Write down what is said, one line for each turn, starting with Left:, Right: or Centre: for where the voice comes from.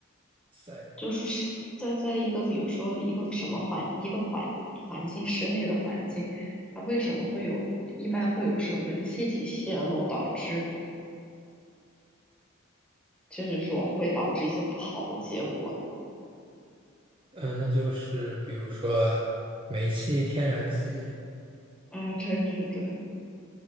Right: 在。
Centre: 就是是在在一个比如说一个什么环一个环环境室内的环境，
Right: 公
Centre: 它为什么会有一般会有什么气体泄漏导致就是说会导致一些不好的结果呢？
Right: 嗯，那就是比如说煤气、天然气，
Centre: 啊，这这对